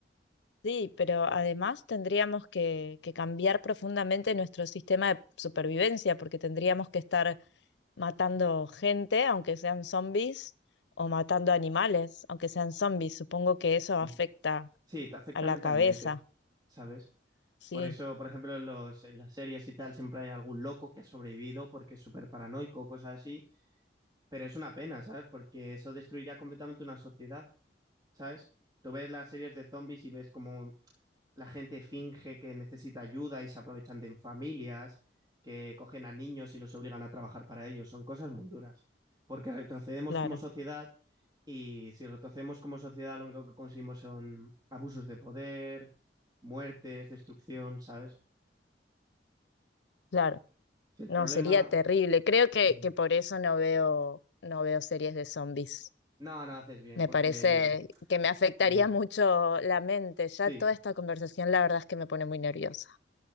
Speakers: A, on the left (about 75°); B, on the right (about 20°).
A: sí, pero además tendríamos que, que cambiar profundamente nuestro sistema de supervivencia porque tendríamos que estar matando gente, aunque sean zombies, o matando animales, aunque sean zombies. Supongo que eso
B: Ujú.
A: afecta
B: Sí, te afecta
A: a la
B: mentalmente,
A: cabeza.
B: ¿sabes?
A: Sí,
B: Por eso, por ejemplo, en, los, en las series y tal siempre hay algún loco que ha sobrevivido porque es súper paranoico, cosas así, Pero es una pena, ¿sabes? Porque eso destruiría completamente una sociedad, ¿sabes? Tú ves las series de zombies y ves cómo la gente finge que necesita ayuda y se aprovechan de familias, que cogen a niños y los obligan a trabajar para ellos. Son cosas muy duras. Porque retrocedemos
A: claro,
B: como sociedad y si retrocedemos como sociedad lo único que conseguimos son abusos de poder, muertes, destrucción, ¿sabes?
A: claro.
B: Si el
A: No,
B: problema...
A: sería terrible. Creo que,
B: Ujú.
A: que por eso no veo, no veo series de zombies.
B: No, no haces bien
A: Me
B: porque...
A: parece que me afectaría
B: ujú.
A: mucho la mente. Ya
B: Sí.
A: toda esta conversación, la verdad es que me pone muy nerviosa.